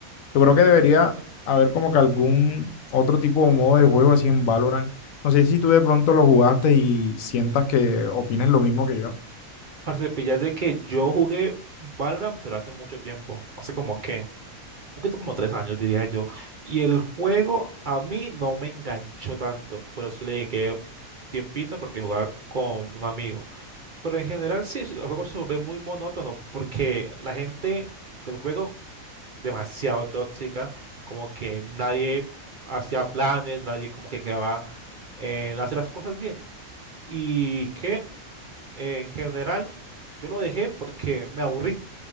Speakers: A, on the left; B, on the right.
A: yo creo que debería haber como que algún otro tipo de modo de juego así en Valorant. No sé si tú de pronto lo jugaste y sientas que opines lo mismo que yo.
B: Parce, píllate que yo jugué Valorant, pero hace mucho tiempo, hace como que, un poquito como tres años diría yo, y el juego a mí no me enganchó tanto, pero sí le dediqué tiempita porque jugaba con un amigo. Pero en general sí, sí, el juego se vuelve muy monótono porque la gente del juego demasiado tóxica, como que nadie hacía planes, nadie como que quedaba en hacer las cosas bien. ¿Y qué? En general, yo lo dejé porque me aburrí.